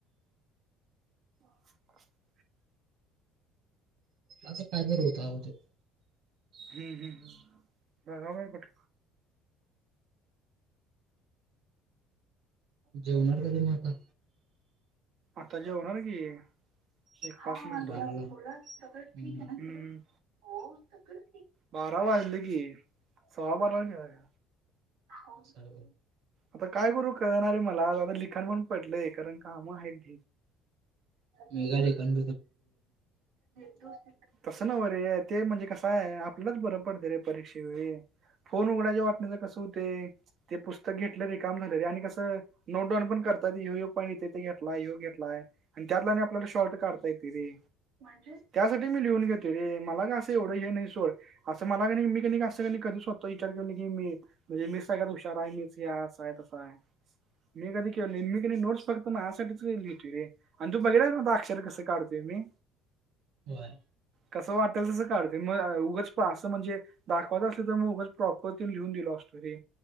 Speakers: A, on the right; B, on the right.
A: <unintelligible>
B: अस कायदर होत आव ते.
A: हम्मं हम्मं, बघा बाय कोठ
B: जेवणार कधी म आता?
A: आता जेवणार की. एक
B: हा
A: पाच
B: <unintelligible>
A: मिनिटात
B: बोला सगळं ठीक आहे ना.
A: हम्म.
B: हो सगल.
A: बारा वाजलं की, सव्वा बारा वाजले होय.
B: हो सर्व
A: आता काय करू कळणा रे मला आ आता लिखाण म्हणून पण पडलंय कारण काम हाईत.
B: मेघाडी कण. <unintelligible>
A: तसं नव रे ते म्हणजे कसं आहे आपल्याच बरं पडत रे परीक्षेवेळी. फोन उघडाच्या वाटण्याच कसं होते ते पुस्त घेतले रे काम झाले रे आणि कसं नोटडान पण करतात ह्यो पाणीेते तेे घेतलाय ह्यो घेतलाय. आणि त्यातला आपल्याला शॉर्ट काढता येते रे.
B: म्हणजे?
A: तडी मी लिहून घेते रे मला का असं एवढं हे नाही सोर असं मला कनाई क असं क कधीच स्वतः विचार के नाही की मी म्हणजे मी सगळ्यात हुशार आहे मीच या असं आहे तसं आहे. मी कधी केलो नाही मी कनई नोटस बघत मआसासाठीच लिहितो रे. आणि तू बघितलास ना आता अक्षर कस काढोय मी?
B: <unintelligible>
A: कसं वाटेल तसं काढते मग उगच असं म्हणजे दाखवायत असल तर म उगाच प्रॉपर न लिहून दिल असतो र